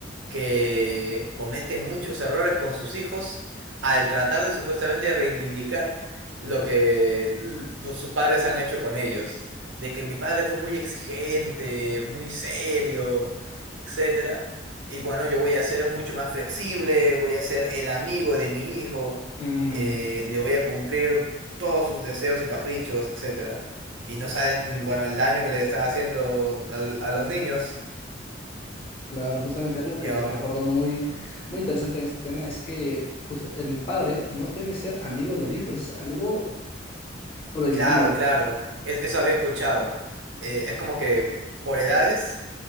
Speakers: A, on the right; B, on the left.
A: que cometen muchos errores con sus hijos al tratar de supuestamente reivindicar lo que l- los- sus padres han hecho con ellos, de que mi padre fue muy exigente, muy serio, etcétera. Y bueno, yo voy a ser mucho más flexible, voy a ser el amigo de mi hijo,
B: Mm.
A: eh, le voy a cumplir todos sus deseos y caprichos, etcétera. Y no saben, bueno, el daño que le están haciendo al- a los niños.
B: Claro, justamente algo
A: Ya,
B: que me recordó muy, muy interesante en este tema es que justa- el padre no debe ser amigo del hijo, es algo prohibido.
A: claro, claro, es- eso había escuchado. Eh, es como que por edades